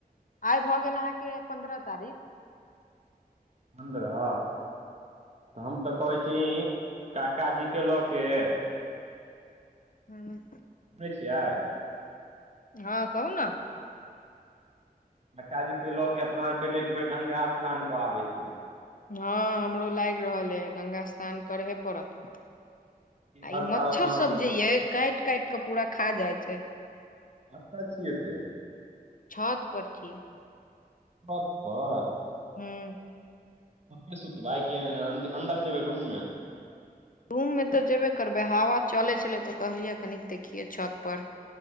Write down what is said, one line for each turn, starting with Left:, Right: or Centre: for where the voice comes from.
Left: आइ भऽ गेल अहाँके पन्द्रह तारीख
Right: पन्द्रह तऽ हम तऽ कहैत छी काकाजीके लऽ के
Left: ह
Right: सुनै छिया
Left: हँ कहू ने
Right: कक्का जी के लऽ के अपना आर पहिले एक बेेर गंगा स्नान कऽ आबे छी
Left: हँ हमरो लागि रहल हइ गंगा स्नान करहे पड़त आ
Right: हर
Left: ई मच्छर
Right: साल अपना
Left: सब
Right: आर जाय
Left: जे ये काटि काटि क पूरा खा जाइ छै
Right: कतअ छियै से
Left: छत पर छियै
Right: छत पर
Left: हुँ
Right: एतेय सुतबाय अन्दर जेबै रूममे
Left: रूम में तऽ जेबे करबै हवा चले छलै तऽ कहलियै कनिक देखिये छत पर